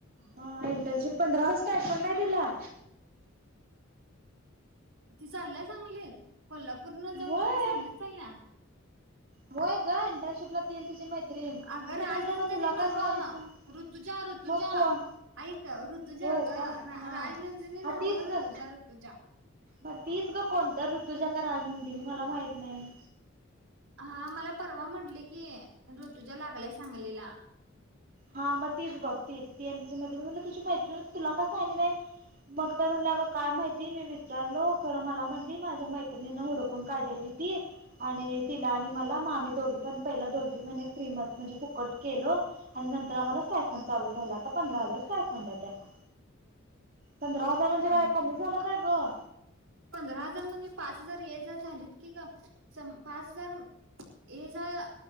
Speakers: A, on the right; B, on the right.
A: हा एटशिप पंधरा दिस्त आयफणयतीला.
B: ती चालल्या सांगलीत कोल्हापूर न जाऊन
A: होय
B: तिथ सांगलीत चालल्या.
A: होय इंटर्नशिपला ती आणि तिजी मैत्रीण.
B: अगं
A: मी म्हणलं
B: राजनंदनी
A: मग तुला का
B: नवं
A: सांगितलं
B: ऋतुज्या ऋतुज्या.
A: मग कोण
B: ऐ का ऋतुजा
A: होय
B: ग
A: का हा
B: राजनंदिनी
A: हा
B: नव
A: तीच ग
B: ऋतुजा ऋतुजा.
A: मग तीच ग कोणत ऋतुजा का राजमंदिनी मला माहित नाही.
B: हा मला परवा म्हंटली की ऋतुजा लागल्या सांगलेला.
A: हा मग तीच बघती ती आणि तझी मैत्री म्हनाली तुझी मैत्रीण तुला कास सांगली नाही? मग तर म्हटलं अगं काय माहिती मी विचारलो खरं मला म्हटली माझ्या मैत्रिणीनं हुडकून काढलेली. आणि तिला आणि मला आम्ही दोघी पण पहिला दोन तीन महिने फ्री म म्हणजे फुकट केलो. आणि नंतर आम्हालाच सायफंड चालू झाला आता पंधरा हजार सायफंड आहे त्यांना. पंधरा हजार म्हणजे
B: हम्म
A: काय कमी झालं काय ग?
B: पंधरा हजार म्हणजे पाच हजार ये जर झालीत की ग पाच हजार ये जा.